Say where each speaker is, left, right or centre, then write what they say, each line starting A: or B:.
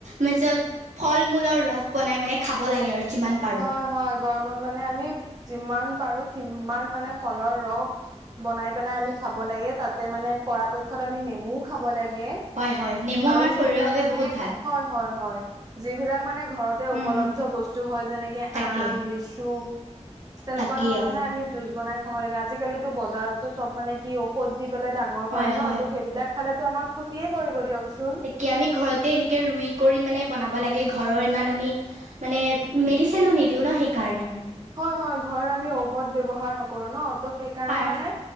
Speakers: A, on the right (about 80°); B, on the right (about 35°).
A: ম ফল মূলৰ ৰস বনাই মানে খাব লাগে আৰু যিমান পাৰো
B: হয় হয় গৰমত মানে আমি যিমান পাৰো সিমান মানে ফলৰ ৰস বনাই পেলাই আমি খাব লাগে তাতে মানে পৰাপক্ষত আমি নেমুও খাব লাগে।
A: হয় হয় নেমু
B: আৰু
A: আমাৰ
B: যিবিলাক
A: শৰীৰৰ বাবে
B: মানে
A: বহুত ভাল
B: হয় হয় হয়। যিবিলাক মানে ঘৰতে উপলব্ধ
A: উম, উম,
B: বস্তু হয়। তেনেকে
A: তাকে
B: আম লিচু তেনেকুৱা
A: তাকেই
B: ধৰণৰহে
A: অ
B: আমি জুজ বনাই খাব লাগে আজিকালিতো বজাৰতো চব মানে কি ঔষধ দি পেলাই দ ডাঙৰ
A: হয়
B: কৰে ন
A: হয়
B: ত' সেইবিলাক খালেো আমাৰ ক্ষতিয়ে কৰিব দিয়কচোন।
A: কি আমি ঘৰতে এনেকে ৰুই কৰি মানে বনাব লাগে ঘৰৰ ইমান আমি মানে মেডিচিনো নিদিওঁ ন সেইকাৰণে আৰু
B: হয় হয় ঘৰত আমি ঔষধ ব্যৱহাৰ নকৰো ন ত সেই কাৰণে
A: সাৰ
B: মানে